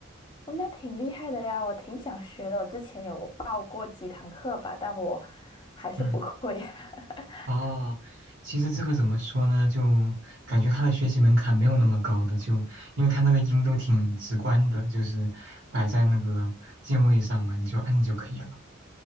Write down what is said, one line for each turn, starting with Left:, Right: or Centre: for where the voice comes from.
Left: 哦，那挺厉害的呀，我挺想学的。我之前有报过几堂课吧，但我还是不会。
Right: 嗯，
Left: <laughs>
Right: 哦，其实这个怎么说呢？就感觉它的学习门槛没有那么高的，就因为它那个音都挺直观的，就是摆在那个键位上嘛，你就按就可以了。